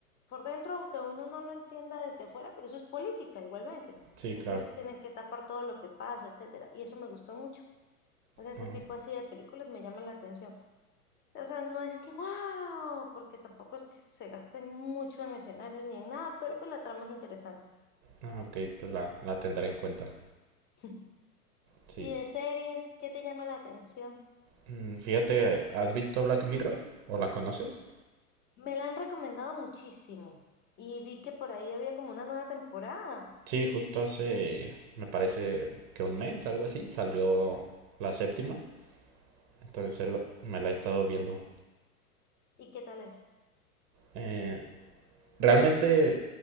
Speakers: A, on the left; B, on the right.
A: por dentro, aunque uno no lo entienda desde afuera, pero eso es política igualmente.
B: Sí,
A: Entonces
B: claro.
A: ellos tienen que tapar todo lo que pasa, etcétera. Y eso me gustó mucho. O sea, ese
B: Ah,
A: tipo así de películas me llaman la atención. O sea, no es que wow, porque tampoco es que se gasten mucho en escenarios ni en nada, pero pues la trama es interesante.
B: ah, ok, pues la, la tendré en cuenta.
A: <laughs>
B: Sí.
A: Y de series, ¿qué te llama la atención?
B: Mm, Fíjate, ¿has visto Black Mirror? ¿O la conoces?
A: Me la han recomendado muchísimo y vi que por ahí había como una nueva temporada.
B: Sí, justo hace, me parece que un mes, algo así, salió la séptima. Entonces él- me la he estado viendo.
A: ¿Y qué tal es?
B: Eh, Realmente